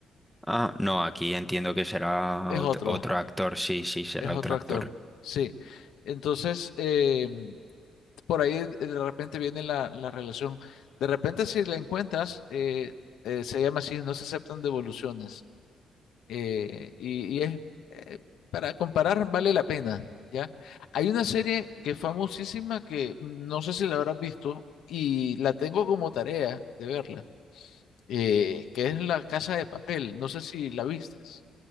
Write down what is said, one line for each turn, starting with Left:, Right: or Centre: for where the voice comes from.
Centre: Ah, no, aquí entiendo que será
Left: Es
Centre: ot-
Left: otro,
Centre: otro actor, sí, sí, será
Left: es otro
Centre: otro
Left: actor,
Centre: actor.
Left: sí. Entonces, em, por ahí de repente viene la, la relación. De repente si la encuentras, eh, eh, se llama así, no se aceptan devoluciones. Eh, y, y es, eh, para comparar, vale la pena, ¿ya? Hay una serie que es famosísima que no sé si la habrás visto y la tengo como tarea de verla, eh, que es La Casa de Papel. No sé si la vistes.